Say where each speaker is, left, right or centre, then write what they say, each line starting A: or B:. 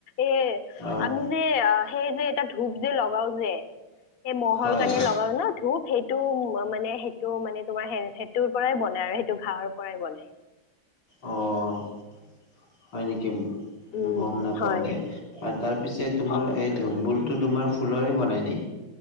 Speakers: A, on the left (about 60°); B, on the left (about 80°).
A: এ
B: অ',
A: আমি যে সেই যে এটা ধূপ যে লগাও যে। এ, মহৰ
B: হয়।
A: কাৰণে ল গাও ন, ধূপ সেইটো মানে সেইটো মানে তোমাৰ সেইটোৰ পৰাই বন আৰু সেইটো ঘাৰ পৰাই বনাই।
B: অঁ। হয় নেকি
A: উম
B: গম নাপাও
A: হয়
B: দে আৰু তাৰ পিছে তোমাৰ
A: অ
B: এই ধুব বোৰ কি তোমাৰ ফুলৰে বনাই নি?